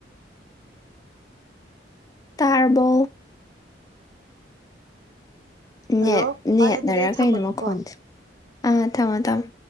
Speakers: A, on the left; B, on the right.
A: ꯇꯥꯔꯔꯕꯣ
B: ꯍꯜꯂꯣ
A: ꯅꯦꯠ ꯅꯦꯠꯂꯔ
B: ꯚꯥꯏ ꯑꯗꯨꯗꯤ ꯑꯩ ꯊꯝꯃꯒꯦꯀꯣ
A: ꯀꯩꯅꯣ ꯃꯈꯣꯟꯗꯦ ꯑꯥ ꯊꯝꯃꯣ ꯊꯝꯃꯣ